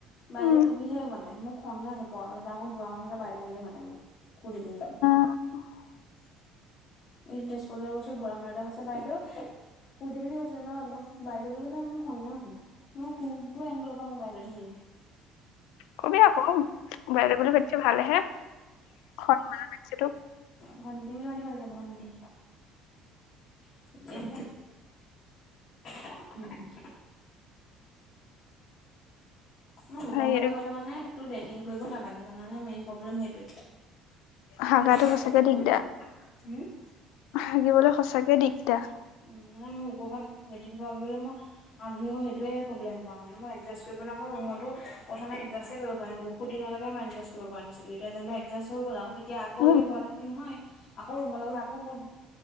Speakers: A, on the left (about 55°); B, on the left (about 75°).
A: বাইদেউ
B: উম
A: ক'ব বুলিহে মাতে মোৰ খঙে উঠে। ডাঙৰ বুঢ়া মানুহ এটা বাইদেউ বুলি মাতে মোক কুৰটি পিন্ধি গ'লে।
B: <inaudible>
A: ই তেজপুৰলৈ গৈছোঁ বুঢ়া মানুহ এটা কৈছে বাইদেউ কুৰ্তি পিন্ধি গৈছিলোঁ ন একদম বাইদেউ বুলি কৈছে মোক খঙ উঠিল। মোক কোনটো এংগলৰ পৰা মোক বাইদেউ দেখি।
B: কবি আকৌ বাইদউ বুলি মাতিছে ভালে হে সন্মানেৰে মাতিছে তোক।
A: ভণ্টি বুলি মাতিব লাগে ভণ্টি। <unintelligible> উম' অ' লোকৰ
B: হেৰি
A: ঘৰলে গ'লে মানে তোৰ লেট্ৰিন কৰিব নালাগে জানানে মেইন প্ৰব্লেম সেইটোৱে।
B: হাগাটো
A: মোৰ লোকৰ ঘৰত
B: সঁচাকে
A: লেট্ৰিন
B: দিগদাৰ
A: কৰিব নোৱাৰো হম
B: হাগিবলৈ সঁচাকে দিগদাৰ।
A: উম ' মানে মোৰ লোকৰ ঘৰত লেট্ৰিন কৰিবলৈ মোৰ আলহী ঘৰত সেইটোৱে প্ৰব্লেম পাওঁ মানে মই এডজাচ কৰিব নোৱাৰো মই ৰুমতো প্ৰথম এডজাষ্টে কৰিব পৰা নাই বহুত দিনলৈকে মই একজাষ্ট কৰিব পৰা নাছিলো এতিয়া যেনিবা এডজাষ্ট হৈ গ'ল। এতিয়া আকৌ
B: মোৰ
A: এতিয়া ঘৰত আহিলো নহয় আকৌ ৰুমৰ লগ গ'লে আকৌ মোৰ